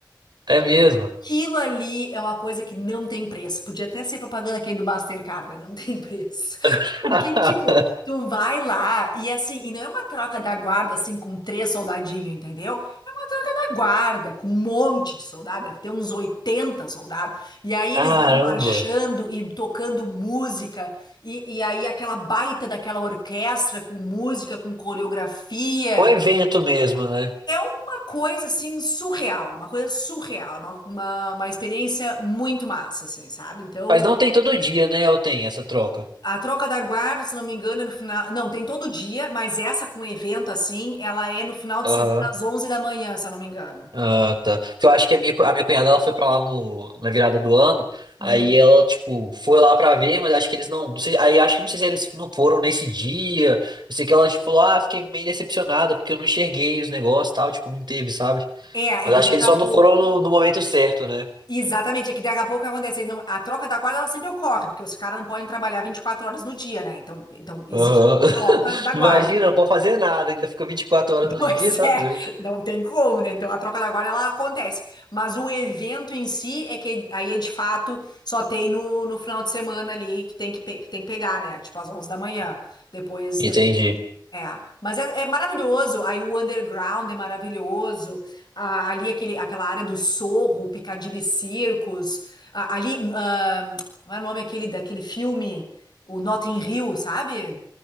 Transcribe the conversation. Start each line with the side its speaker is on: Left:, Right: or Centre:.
Right: É mesmo.
Left: Aquilo ali é uma coisa que não tem preço. Podia até ser propaganda aqui do Mastercard, né? Não tem preço.
Right: <laughs>
Left: Porque, tipo, tu vai lá e assim, e não é uma troca da guarda assim com três soldadinhos, entendeu? É uma troca da guarda com um monte de soldado, deve ter uns 80 soldados. E aí eles
Right: Caramba.
Left: vão marchando e tocando música, e, e aí aquela baita daquela orquestra com música, com coreografia.
Right: É um evento mesmo, né?
Left: É uma coisa assim surreal, uma coisa surreal, é uma, uma, uma experiência muito massa, assim, sabe? Então,
Right: Mas não tem todo dia, né? Ou tem essa troca?
Left: a troca da guarda, se não me engano, é no final. Não, tem todo dia, mas essa com evento assim, ela é no final de
Right: Aham.
Left: semana às 11 da manhã, se eu não me engano.
Right: Ah, tá. Porque eu acho que a minha, cu- a minha cunhada ela foi pra lá no, na virada do ano. Aí
Left: Hum.
Right: ela, tipo, foi lá pra ver, mas acho que eles não. não sei, aí acho que não sei se eles não foram nesse dia. Eu sei que ela, tipo, falou, ah, fiquei meio decepcionada porque eu não enxerguei os negócios e tal. Tipo, não teve, sabe?
Left: É,
Right: Mas
Left: é que
Right: acho
Left: daqui
Right: que eles
Left: a
Right: só
Left: pouco.
Right: não foram no, no momento certo, né?
Left: Exatamente, é que daqui a pouco o que acontece. Não, a troca da guarda ela sempre ocorre, porque os caras não podem trabalhar 24 horas no dia, né? Então, então existe
Right: Aham.
Left: uma
Right: <laughs>
Left: troca da guarda.
Right: Imagina, não pode fazer nada, ainda fica vinte e quatro horas
Left: <laughs>
Right: no
Left: Pois
Right: dia, tá
Left: é,
Right: doido.
Left: não tem como, né? Então a troca da guarda ela acontece. Mas o evento em si é que aí é de fato só tem no, no final de semana ali que tem que, pe- que tem que pegar, né? Tipo às 11 da manhã. Depois,
Right: Entendi.
Left: depois não tem. É, mas é, é maravilhoso. Aí o underground é maravilhoso. Ah, ali aquele, aquela área do Sorro, Piccadilly Circus. Ah, ali, ah, como é o nome aquele daquele filme, o Notting Hill, sabe?